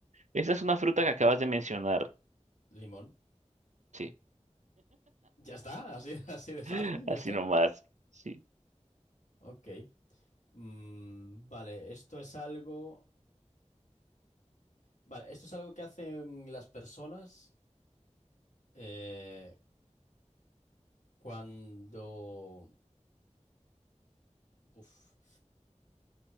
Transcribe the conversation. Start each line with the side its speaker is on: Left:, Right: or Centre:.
Right: esa es una fruta que acabas de mencionar.
Left: Limón.
Right: Sí,
Left: Ya está, así, <laughs> así de fácil,
Right: <laughs> así
Left: ya está.
Right: nomás. Sí.
Left: Ok. Mm, vale, esto es algo. Vale, esto es algo que hacen las personas eh, cuando... Uf.